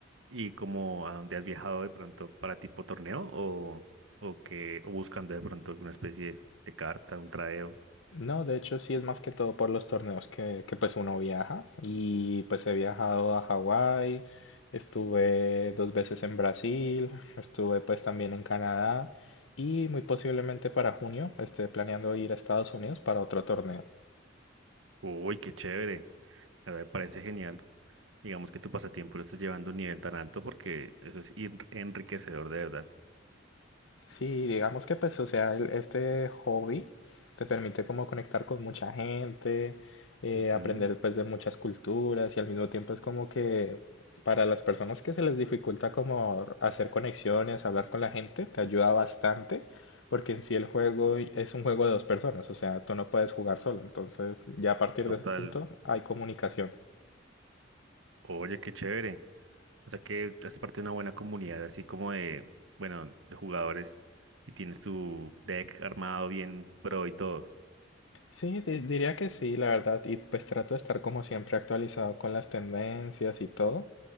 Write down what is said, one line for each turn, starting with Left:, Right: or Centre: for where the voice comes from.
Right: ¿Y como a dónde has viajado de pronto para tipo torneo o, o que o buscando de pronto alguna especie de carta, un tradeo?
Left: No, de hecho sí es más que todo por los torneos que, que, pues uno viaja y pues he viajado a Hawái, estuve dos veces en Brasil, estuve pues también en Canadá y muy posiblemente para junio esté planeando ir a Estados Unidos para otro torneo.
Right: Uy, qué chévere. La verdad me parece genial. Digamos que tu pasatiempo lo estás llevando a un nivel tan alto porque eso es ir- enriquecedor de verdad.
Left: Sí, digamos que pues, o sea, el- este hobby te permite como conectar con mucha gente, eh,
Right: Ujú,
Left: aprender pues de muchas culturas y al mismo tiempo es como que para las personas que se les dificulta como hacer conexiones, hablar con la gente, te ayuda bastante porque en sí el juego y- es un juego de dos personas, o sea, tú no puedes jugar solo, entonces ya a partir
Right: Total.
Left: de ese punto hay comunicación.
Right: Oye, qué chévere. O sea que haces parte de una buena comunidad, así como de, bueno, de jugadores y tienes tu deck armado bien pro y todo.
Left: Sí, di- diría que sí, la verdad, y pues trato de estar como siempre actualizado con las tendencias y todo.